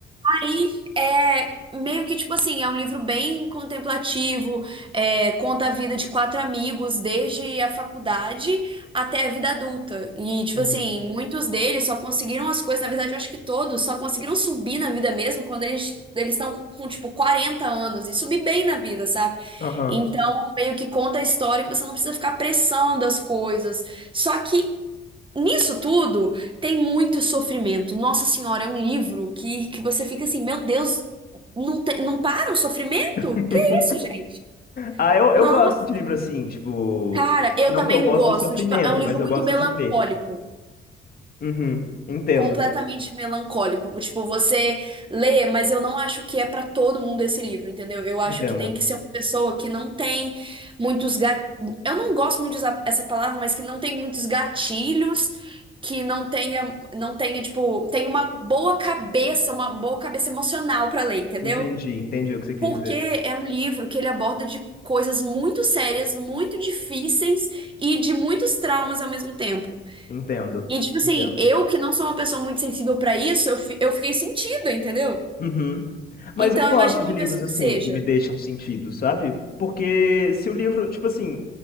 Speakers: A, on the right (about 25°); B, on the left (about 50°).
A: Aí é meio que tipo assim, é um livro bem contemplativo, é, conta a vida de quatro amigos desde a faculdade até a vida adulta. E tipo
B: Uhum.
A: assim, muitos deles só conseguiram as coisas, na verdade eu acho que todos só conseguiram subir na vida mesmo quando eles eles estão com tipo 40 anos e subir bem na vida, sabe?
B: Aham.
A: Então, meio que conta a história que você não precisa ficar pressando as coisas. Só que Nisso tudo tem muito sofrimento. Nossa Senhora, é um livro que, que você fica assim, meu Deus, não, te- não para o sofrimento?
B: <laughs>
A: Que isso, gente?
B: Ah, eu, eu
A: Nossa,
B: gosto de livro assim, tipo.
A: cara, eu
B: Não
A: também
B: que eu gosto
A: gosto.
B: do sofrimento,
A: Tipo, é um livro
B: mas eu
A: muito
B: gosto
A: melancólico.
B: de ver. Uhum. Entendo.
A: completamente melancólico. Tipo, você lê, mas eu não acho que é pra todo mundo esse livro, entendeu? Eu acho
B: Entendo.
A: que tem que ser uma pessoa que não tem muitos gat... Eu não gosto muito de usar essa palavra, mas que não tem muitos gatilhos, que não tenha, não tenha, tipo, tem uma boa cabeça, uma boa cabeça emocional pra ler, entendeu?
B: Entendi, entendi o que você quis
A: Porque
B: dizer.
A: é um livro que ele aborda de coisas muito sérias, muito difíceis e de muitos traumas ao mesmo tempo.
B: Entendo,
A: E, tipo assim,
B: entendo.
A: eu que não sou uma pessoa muito sensível pra isso, eu, fi- eu fiquei sentida, entendeu?
B: Uhum. Mas
A: Então,
B: eu gosto
A: imagina
B: de
A: uma
B: livros
A: pessoa
B: assim,
A: que seja.
B: que me deixam sentido, sabe? Porque se o livro, tipo assim,